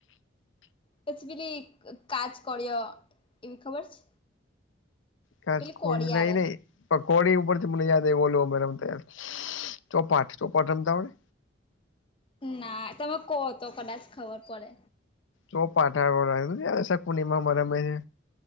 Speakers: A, on the left (about 25°); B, on the left (about 85°).
A: પછ બીલી કજ કર્યો એવી ખબર છે
B: કજ
A: પેલી
B: કર્યું
A: કોળી
B: નઈ
A: આવે
B: નહી પ કોડી ઉપર થી મને યાદ એ ઓોલ અ રમય ચોપાટ ચોપાટ રમતા હો ને
A: ના તમે કહો તો કદાચ ખબર પડે
B: ચોપાટ નથી ઓલી સકુની મામાં રમે છે